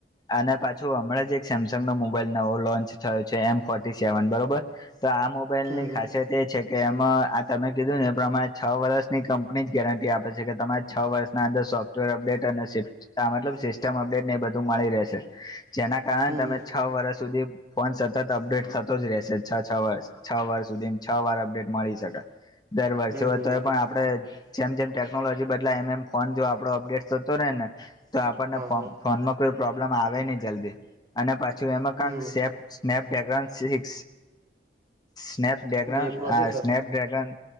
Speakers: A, on the left; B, on the right.
A: અને પાછું હમણાં જ એક સેમસંગ નો મોબાઈલ નવો લોન્ચ થયો છે, એમ ફોર્ટી સેવન બરોબર. તો આ મોબાઈલ
B: હમ
A: ની
B: હમ
A: ખાસિયત એ છે, કે એમાં આ તમે કીધું ને એ પ્રમાણે. છ વર્ષની કંપની જ ગેરંટી આપે છે, કે તમારે છ વર્ષના અંદર સોફ્ટવેર અપડેટ. સિસ્ટમ અપડેટ ને બધું મળી રહેશે, જેના કારણે
B: હમ
A: તમે. છ વર્ષ સુધી ફોન સતત અપડેટ થતો જ રહેશે, છ-છ વર્ષ. છ વર્ષ, સુધી છ વાર અપડેટ મળી શકાય. દર વર્ષે
B: હમ
A: હોય
B: હમ
A: તો,
B: બરાબર
A: એ પણ આપણે જેમ જેમ ટેકનોલોજી બદલાય, એમ, એમ ફોન જો આપણો અપડેટ થતો રહે ને, તો આપણને
B: હા
A: ફ
B: હા
A: ફોનમાં કોઈ પ્રોબ્લેમ આવે નહીં જલ્દી. અને પાછું એમાં કંક
B: હમ
A: સ્નેપ ડેગન સિક્સ. સ્નપ ડ્રેગન
B: જે પ્રોસેસર
A: આ સ્નપ ડ્રેગન.